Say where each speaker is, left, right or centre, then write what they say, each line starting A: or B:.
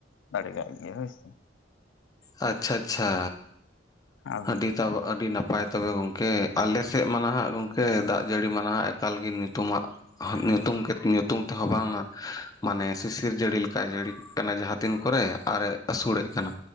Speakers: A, on the left (about 80°); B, on the left (about 20°).
A: ᱫᱟᱲᱮᱭᱟᱜ ᱜᱮᱭᱟ ᱦᱳᱭᱥᱮ᱾
B: ᱟᱪᱪᱷᱟ ᱟᱪᱪᱷᱟ
A: ᱟᱨ
B: ᱟᱹᱰᱤ ᱛᱟᱵᱟᱜ ᱟᱹᱰᱤ ᱱᱟᱯᱟᱭ ᱛᱚᱵᱮ ᱜᱚᱝᱠᱮ ᱟᱞᱮᱥᱮᱜ ᱢᱟ ᱱᱟᱦᱟᱸᱜ ᱜᱚᱝᱠᱮ ᱫᱟᱜᱽ ᱡᱟᱹᱲᱤ ᱢᱟ ᱱᱟᱦᱟᱸᱜ ᱮᱠᱟᱞ ᱜᱮ ᱧᱩᱛᱩᱢᱟᱜ ᱧᱩᱛᱩᱢ ᱠᱟᱹᱛ ᱧᱩᱛᱩᱢ ᱛᱮᱦᱚᱸ ᱵᱟᱝᱟ ᱢᱟᱱᱮ ᱥᱤᱥᱤᱨᱡᱟᱹᱲᱤ ᱞᱮᱠᱟ ᱡᱟᱹᱲᱤ ᱠᱟᱱᱟ ᱡᱟᱦᱟᱸ ᱛᱤᱱ ᱠᱚᱨᱮ ᱟᱨᱮ ᱟᱹᱥᱩᱲᱮᱜ ᱠᱟᱱᱟ